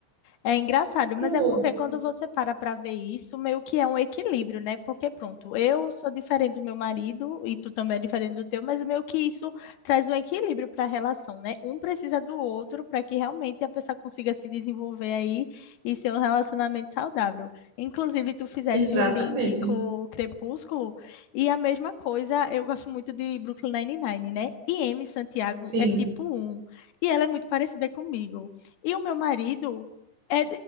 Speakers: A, on the left; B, on the right.
A: É engraçado,
B: <laughs> Pronto.
A: mas é porque quando você para para ver isso, meio que é um equilíbrio, né? Porque pronto, eu sou diferente do meu marido e tu também é diferente do teu, mas meio que isso traz um equilíbrio para a relação, né? Um precisa do outro para que realmente a pessoa consiga se desenvolver aí e ser um relacionamento saudável. Inclusive, tu fizesse
B: Exatamente.
A: o link com o Crepúsculo e a mesma coisa, eu gosto muito de Brooklyn Nine-Nine, né? E Amy Santiago
B: Sim.
A: é tipo um e ela é muito parecida comigo. E o meu marido é